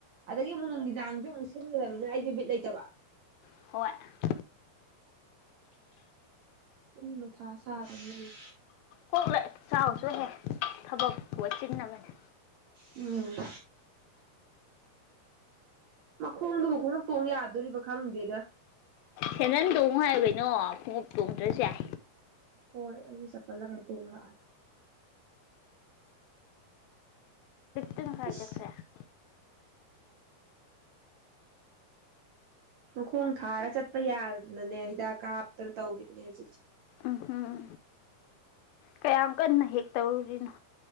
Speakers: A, on the right (about 60°); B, on the left (about 80°).
A: ꯑꯗꯒꯤ ꯑꯃꯨꯛ ꯅꯨꯃꯤꯗꯥꯡꯒꯤꯁꯨ ꯑꯃꯨꯛ ꯁꯤꯟꯒꯗꯕꯅꯤꯅ ꯑꯩꯁꯦ ꯕꯤꯠ ꯂꯩꯇꯕ
B: ꯍꫭꯏ
A: ꯑꯅꯤ ꯃꯊꯥ ꯁꯥꯗꯅ ꯂꯩ
B: ꯀꯣꯛꯂ ꯆꯥꯎꯁꯨ ꯍꯦ ꯊꯕꯛꯄꯨꯆꯤꯟꯅꯕꯅꯦ
A: ꯎꯝ ꯃꯈꯣꯡꯗꯨꯕꯨ ꯈꯣꯡꯉꯨꯞ ꯇꯣꯡ ꯌꯥꯗꯣꯔꯤꯕ ꯈꯪꯗꯦꯗ
B: ꯁꯦꯟꯗꯟ ꯇꯣꯡꯉꯨ ꯍꯥꯏꯌꯨ ꯀꯩꯅꫭ ꯈꫭꯡꯉꯨꯞ ꯇꯣꯡꯗ꯭ꯔꯁꯨ ꯌꯥꯏ
A: ꯍꯣꯏ ꯑꯩꯁꯨ ꯆꯄꯜꯂ ꯀꯩꯅꫭ ꯇꯣꯡꯉꯥ ꯂꯥꯛꯑꯅꯤ
B: ꯇꯅꯪꯥꯏꯛꯖꯠ꯭ꯔꯦ
A: ꯏꯁ
B: <unintelligible>
A: ꯃꯈꯣꯡ ꯊꯥꯔ ꯆꯠꯄ ꯌꯥꯗꯗꯅꯅꯦ ꯍꯤꯗꯥꯛ ꯀꯥꯞꯇꯅ ꯇꯧꯔꯤꯕꯅꯦ ꯍꯧꯖꯤꯛꯁꯦ
B: ꯎꯍꯝ ꯀꯌꯥꯝ ꯀꯟꯅ ꯍꯦꯛ ꯇꯧꯔꯨꯔꯤꯅꯣ